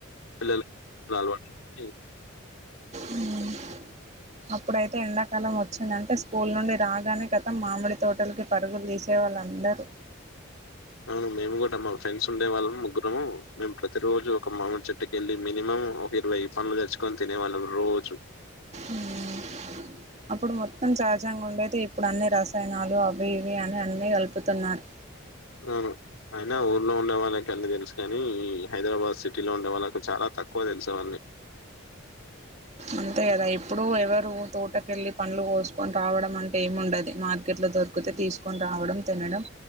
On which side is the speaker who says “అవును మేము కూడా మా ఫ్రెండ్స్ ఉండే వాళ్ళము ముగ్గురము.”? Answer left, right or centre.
Left